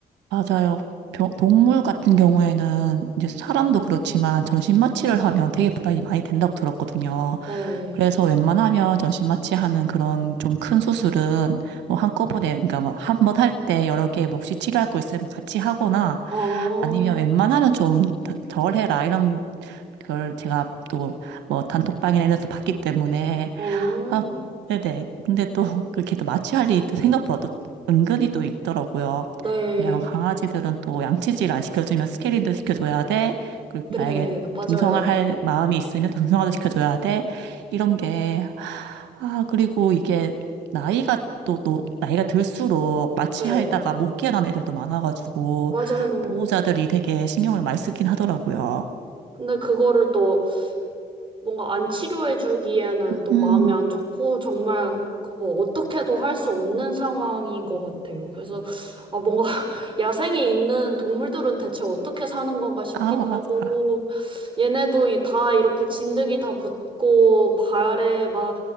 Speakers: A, on the right; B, on the right.
A: 맞아요. 병- 동물 같은 경우에는 이제 사람도 그렇지만 전신마취를 하면 되게 부담이 많이 된다고 들었거든요.
B: 네.
A: 그래서 웬만하면 전신마취하는 그런 좀 큰 수술은 뭐 한꺼번에, 그러니까 뭐 한 번 할 때 여러 개 뭐 혹시 치료할 거 있으면 같이 하거나
B: 아,
A: 아니면 웬만하면 좀 덜 해라 이런 그걸 제가 또 뭐 단톡방이나 이런 데서 봤기 때문에
B: 어.
A: 아 네네 근데 또 그렇게 또 마취할 일이 또 생각보다 또 은근히 또 있더라고요.
B: 네,
A: 왜냐면 강아지들은 또 양치질 안 시켜주면 스케일링도 시켜줘야 돼. 그리고
B: 네,
A: 만약에
B: 네, 맞아요.
A: 등성화 할 마음이 있으면 등성화도 시켜줘야 돼. 이런 게, 아, 그리고 이게 나이가 또, 또, 나이가 들수록 마취하에다가
B: 네,
A: 못 깨어난 애들도 많아가지고,
B: 맞아요.
A: 보호자들이 되게 신경을 많이 쓰긴 하더라고요.
B: 근데 그거를 또 뭔가 안 치료해주기에는 또
A: 음,
B: 마음이 안 좋고 정말 그 뭐 어떻게도 할 수 없는 상황인 것 같아요. 그래서 아 뭔가 <laughs> 야생에 있는 동물들은 대체 어떻게 사는 건가 싶기도
A: 아, 맞아.
B: 하고 얘네도 이- 다 이렇게 진드기 다 붙고 발에 막